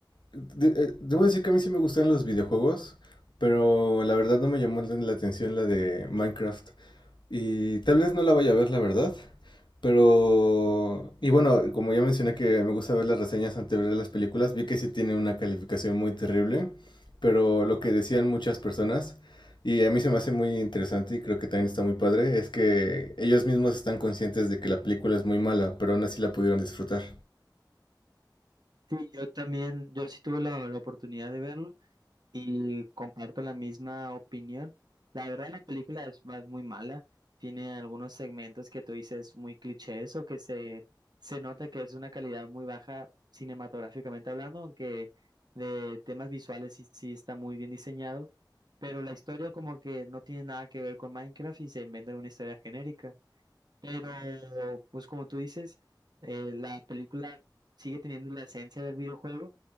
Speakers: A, on the left; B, on the right.
A: de- eh, debo decir que a mí sí me gustan los videojuegos, pero la verdad no me llamó la atención la de Minecraft. Y tal vez no la vaya a ver, la verdad. Pero... Y bueno, como ya mencioné que me gusta ver las reseñas antes de ver las películas, vi que sí tiene una calificación muy terrible. Pero lo que decían muchas personas, y a mí se me hace muy interesante y creo que también está muy padre, es que ellos mismos están conscientes de que la película es muy mala, pero aún así la pudieron disfrutar.
B: Sí, yo también, yo sí tuve la, la oportunidad de verlo. Y comparto la misma opinión. La verdad, la película es más muy mala. Tiene algunos segmentos que tú dices muy clichés o que se, se nota que es una calidad muy baja cinematográficamente hablando, aunque de temas visuales sí, sí está muy bien diseñado. Pero la historia como que no tiene nada que ver con Minecraft y se inventan una historia genérica. Pero, pues como tú dices, eh, la película sigue teniendo la esencia del videojuego